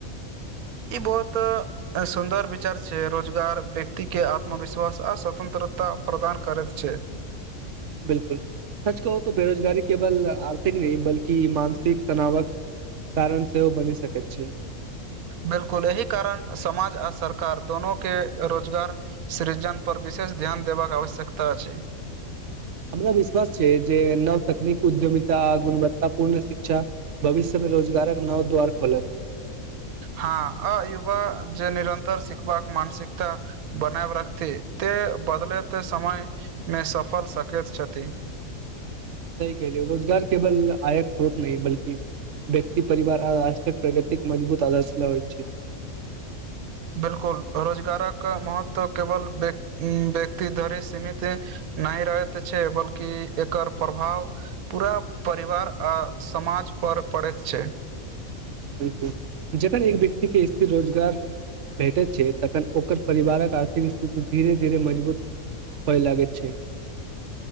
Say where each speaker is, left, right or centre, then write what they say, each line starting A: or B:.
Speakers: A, on the right; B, on the right.
A: ई बहोत ए सुन्दर विचार छै, रोजगार व्यक्ति के आत्मविश्वास आ स्वतन्त्रता प्रदान करैत छै।
B: बिलकुल सच कहु तो बेरोजगारी केवल आर्थिक नहि बल्कि मानसिक तनावक कारण सेहो बनी सकैत छी।
A: बिलकुल एहि कारण समाज आ सरकार दोनो के रोजगार सृजन पर विशेष ध्यान देबाक आवश्यकता अछि।
B: हमरा विश्वास छै जे नव तकनीक उद्यमिता गुणवत्ता पूर्ण शिक्षा भविष्य मे रोजगारक नव द्वार खोलत।
A: हां आ युवा जे निरन्तर सिखबाक मानसिकता बनाब रखथि ते बदलत समय मे सफल सकैत छथि।
B: सही कहलियै रोजगार केवल आयक स्रोत नहि बल्कि व्यक्ति, परिवार आ राष्ट्रक प्रगतिक मजबूत आदर्श ले होय छै।
A: बिलकुल रोजगारक महत्त्व केवल व्यक उम्म व्यक्ति धरि सीमित नहि रहैत छै, बल्कि एकर प्रभाव पूरा परिवार आ समाज पर पड़ैत छै।
B: बिलकुल जखन एक व्यक्ति के स्थिर रोजगार भेटैत छै तखन ओकर परिवारक आर्थिक स्थिति धीरे-धीरे मजबूत होय लागैत छै।